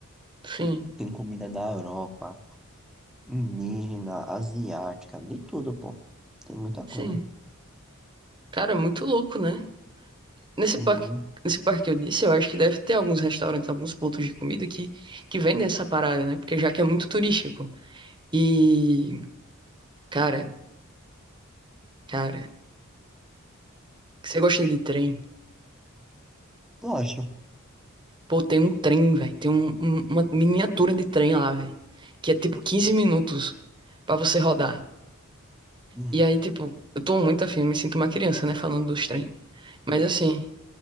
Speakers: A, on the right (about 20°); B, in the centre.
A: Sim.
B: Tem comida da Europa, indígena, asiática, de tudo, pô. Tem muita
A: Sim.
B: coisa.
A: Cara, é muito louco, né? Nesse
B: Sim,
A: parque, nesse parque que eu disse, eu acho que deve ter alguns restaurantes, alguns pontos de comida que, que vendem essa parada, né? Porque já que é muito turístico. E, cara, cara, você gosta de trem?
B: eu acho.
A: Pô, tem um trem, velho. Tem um- um- uma miniatura de trem lá, velho. Que é tipo 15 minutos pra você rodar.
B: Hum,
A: E aí, tipo, eu tô muito afim, me sinto uma criança, né? Falando dos trem. Mas assim,